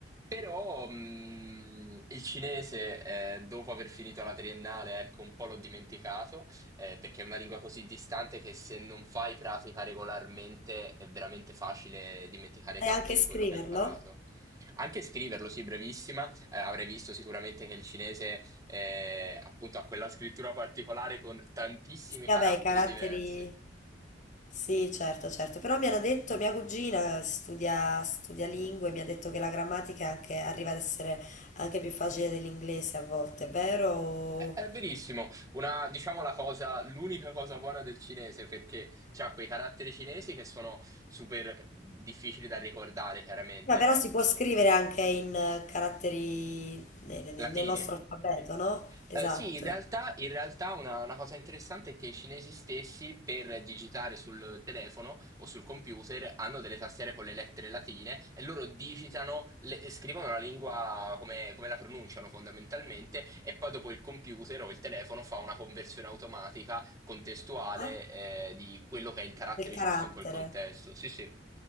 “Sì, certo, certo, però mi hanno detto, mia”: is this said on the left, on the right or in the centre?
Left